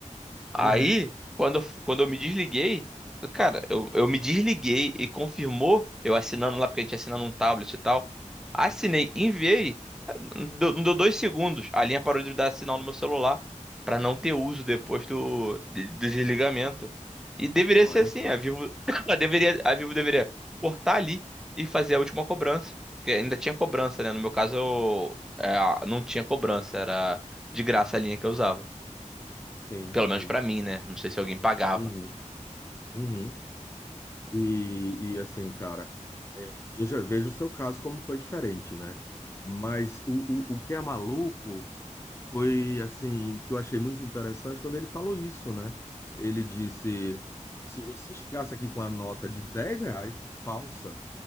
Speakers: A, in the centre; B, on the left.
A: Aí,
B: uhum.
A: quando, eu- quando eu me desliguei, cara, eu, eu me desliguei e confirmou, eu assinando lá, porque a gente assina num tablet e tal. Assinei, enviei, não deu, não deu dois segundos, a linha parou de dar sinal no meu celular, pra não ter uso depois do, de- do desligamento. E deveria
B: Olha
A: ser assim,
B: só.
A: a Vivo, <coughs> a deveria, a Vivo deveria cortar ali e fazer a última cobrança. Porque ainda tinha cobrança, né? No meu caso, eu, é, não tinha cobrança, era de graça a linha que eu usava.
B: Sim,
A: Pelo
B: sim.
A: menos pra mim, né? Não sei se alguém pagava.
B: Uhum, uhum. E, e assim, cara, é, veja, veja o seu caso como foi diferente, né? Mas o, o, o que é maluco foi, assim, que eu achei muito interessante quando ele falou isso, né? Ele disse: se você chegasse aqui com a nota de 10 reais falsa,